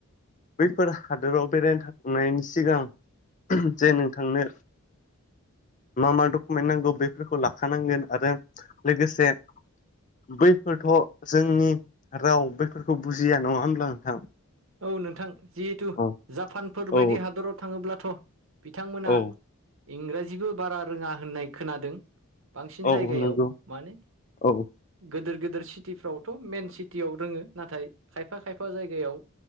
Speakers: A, on the left (about 35°); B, on the right (about 60°).
A: बैफोर हादोराव बेरायनो थांनायनि सिगां जे नोंथांनो मा मा दख में नांगौ बेफोरखौ लाखानांगोन आरो लोगोसे बैफोरथ' जोंनि राव बैफोरखौ बुजिया नङा होनोमब्ला नोंथां
B: औ नोंथां जिहेथु
A: औ
B: जापानफोर बायदि
A: औ
B: हादराव थाङोब्लाथ' बिथांमोना
A: औ
B: इंराजिबो बारा रोङा होननाय खोनादों बांसिन
A: औ
B: जायगायाव
A: नंगौ
B: मानो
A: औ
B: गिदोर गिदोर सिटिफ्रावथ' मेन सिटियाव रोङो नाथाय खायफा खायफा जायगायाव